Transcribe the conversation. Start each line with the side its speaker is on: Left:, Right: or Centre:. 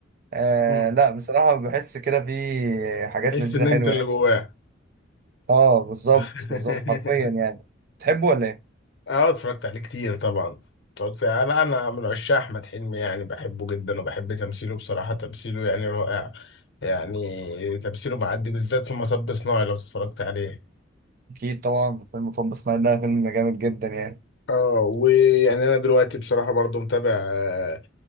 Right: آه
Left: <laughs>
Right: لا بصراحة بحس كده في حاجات
Left: قلت
Right: لذيذة
Left: ان
Right: حلوة
Left: انت اللي
Right: يعني
Left: جواه
Right: اه بالظبط
Left: <laughs>
Right: بالظبط حرفيا يعني تحبه ولا ايه؟
Left: اه اتفرجت عليه كتير طبعا اتفرجت لا انا من عشاق احمد حلمي يعني بحبه جدا وبحب تمثيله بصراحة تمثيله يعني رائع يعني تمثيله معدي بالذات في مطب صناعي لو اتفرجت عليه
Right: اكيد طبعا فيلم طب اسماعيل ده فيلم جامد جدا يعني
Left: اه ويعني انا دلوقتي بصراحة برضو متابع آه،